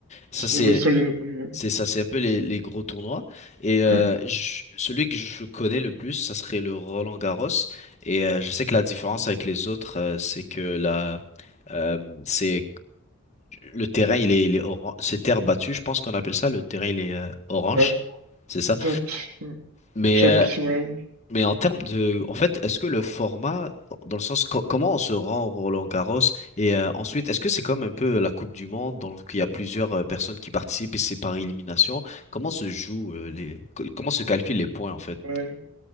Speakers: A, on the left; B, on the right.
A: Ça
B: C'est
A: c'est
B: l'Australian Open.
A: c'est ça c'est un peu les, les gros tournois. Et euh,
B: Ouais,
A: je- celui que je connais le plus, ça serait le Roland-Garros. Et euh, je sais que la différence avec les autres, euh, c'est que la euh, c'est le terrain il est, il est orange, c'est terre battue, je pense qu'on appelle ça, le terrain il est euh, orange,
B: Ouais,
A: c'est ça.
B: exact. Ouais.
A: Mais
B: Chaque.
A: euh,
B: Ouais.
A: mais en termes de, en fait, est-ce que le format, dans le sens co- comment on se rend au Roland-Garros et euh, ensuite, est-ce que c'est comme un peu la Coupe du Monde, donc il y a plusieurs euh, personnes qui participent et c'est par élimination, comment se joue euh, les, co- comment se calculent les points en fait?
B: Ouais.